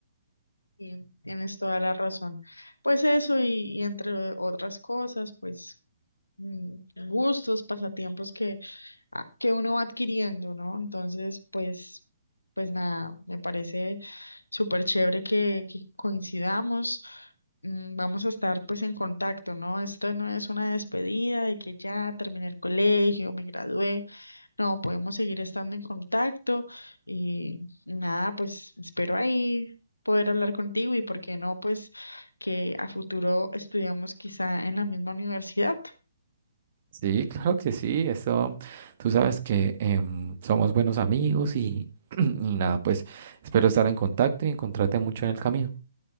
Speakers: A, on the left; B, on the right.
A: Y tienes toda la razón. Pues eso y, y entre otras cosas, pues mm, gustos, pasatiempos que a- que uno va adquiriendo, ¿no? Entonces, pues, pues nada, me parece súper chévere que, que coincidamos. Mm, Vamos a estar pues en contacto, ¿no? Esto no es una despedida de que ya terminé el colegio, me gradué. No, podemos seguir estando en contacto y nada, pues espero ahí poder hablar contigo y por qué no, pues que a futuro estudiamos quizá en la misma universidad.
B: Sí, claro que sí. Eso, tú sabes que em, somos buenos amigos y, <clears throat> y nada, pues espero estar en contacto y encontrarte mucho en el camino.